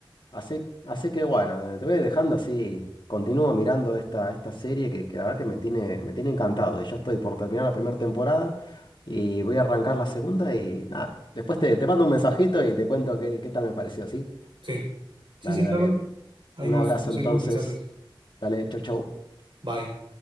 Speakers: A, on the left; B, on the right.
A: Así, así que bueno, eh, te voy dejando así. Continúo mirando esta, esta serie que, que la verdad que me tiene, me tiene encantado. Y yo estoy por terminar la primera temporada y voy a arrancar la segunda y nada. Después te, te mando un mensajito y te cuento qué, qué tal me pareció, ¿sí?
B: Sí, sí,
A: Dale,
B: sí, claro.
A: dale.
B: Ahí
A: Un
B: nos,
A: abrazo
B: nos
A: entonces.
B: enviamos mensajes.
A: Dale, chau, chau.
B: Bye.